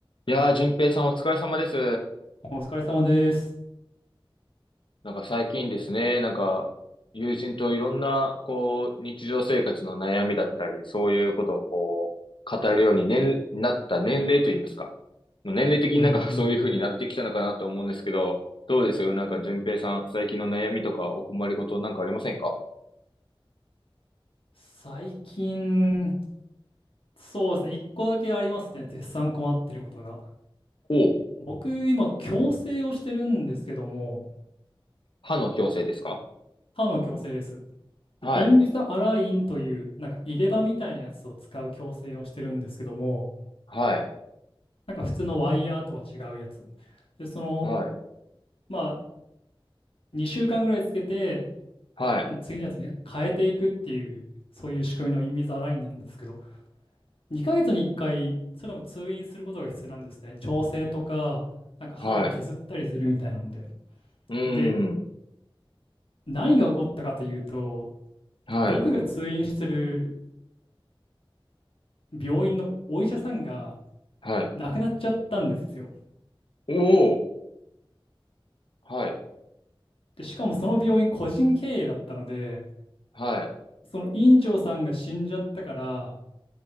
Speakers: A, on the left (about 60°); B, on the left (about 75°).
A: いやー、淳平さんお疲れ様です。
B: お疲れ様です。
A: なんか最近ですね、なんか友人といろんな、こう、日常生活の悩みだったり、そういうことをこう、語るように、ね、なった年齢といいますか。もう年齢的になんか
B: うんうん。
A: <laughs> そういう風になってきたのかなと思うんですけど、どうですよ、なんか淳平さん、最近の悩みとかお困りごとなんかありませんか
B: 最近、そうですね。一個だけありますね。絶賛困ってることが。
A: おう、
B: 僕、今、矯正をしてるんですけども、
A: 歯の矯正ですか
B: 歯の矯正です。で、
A: はい、
B: インビザアラインという、なんか入れ歯みたいなやつを使う矯正をしてるんですけども、
A: はい、
B: なんか普通のワイヤーとは違うやつ。で、その、
A: はい、
B: まあ、2週間ぐらいつけて、
A: はい、
B: うん次のやつに変えていくっていう、そういう仕組みのインビザアラインなんですけど、2ヶ月に1回、それでも通院することが必要なんですね。調整とか、なんか歯を削ったりするみたいなので。
A: はい、うー
B: で、
A: ん、
B: 何が起こったかというと、
A: はい、
B: 僕が通院してる病院のお医者さんが
A: はい、
B: 亡くなっちゃったんですよ。
A: おお、はい、
B: で、しかもその病院個人経営だったので、
A: はい。
B: その院長さんが死んじゃったから、